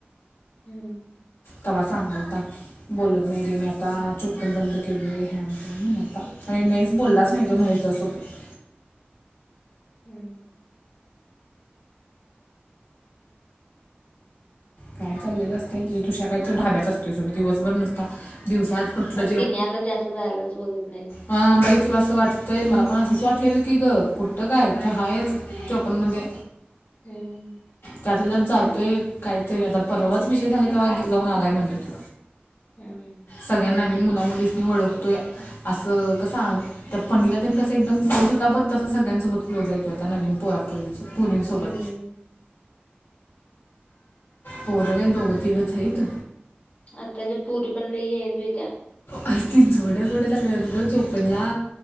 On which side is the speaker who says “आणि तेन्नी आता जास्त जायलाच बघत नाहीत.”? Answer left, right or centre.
Left